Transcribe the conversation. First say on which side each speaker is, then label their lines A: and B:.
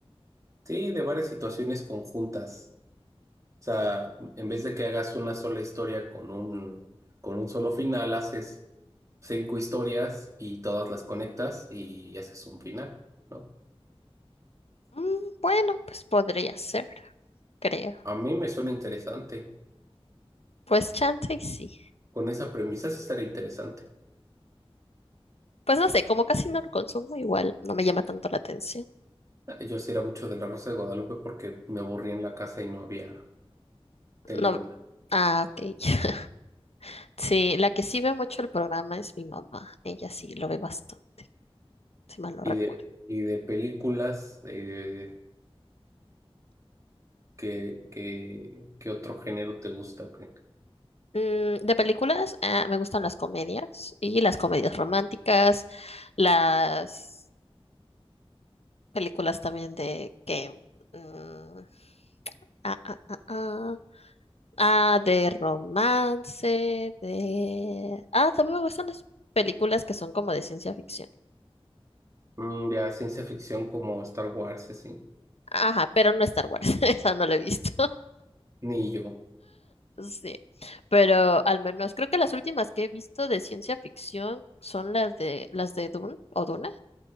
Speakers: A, on the right; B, on the left.
A: Sí, de varias situaciones conjuntas O sea, en vez de que hagas una sola historia con un, con un solo final, haces cinco historias y todas las conectas y haces un final, ¿no?
B: Mm, bueno, pues podría ser, creo.
A: A mí me suena interesante.
B: Pues chance y sí.
A: Con esa premisa sí estaría interesante.
B: Pues no sé, como casi no lo consumo, igual no me llama tanto la atención.
A: Ah, Yo sí era mucho de La Rosa de Guadalupe porque me aburría en la casa y no había tele
B: No
A: buena.
B: Ah, ok. <laughs> Sí, la que sí ve mucho el programa es mi mamá. Ella sí lo ve bastante, si mal no
A: Y
B: recuerdo.
A: de, y de películas, eh, ¿qué, qué- qué otro género te gusta? o qué?
B: Mm, de películas, ah, me gustan las comedias y las comedias románticas, las películas también de que... mm, ah, ah, ah, ah, ah, de romance, de... Ah, también me gustan las películas que son como de ciencia ficción.
A: Mm, ya ciencia ficción como Star Wars, y así.
B: Ajá, pero no Star Wars, <laughs> esa no la he visto.
A: Ni yo.
B: Sí, pero al menos creo que las últimas que he visto de ciencia ficción son las de las de Dune o Duna.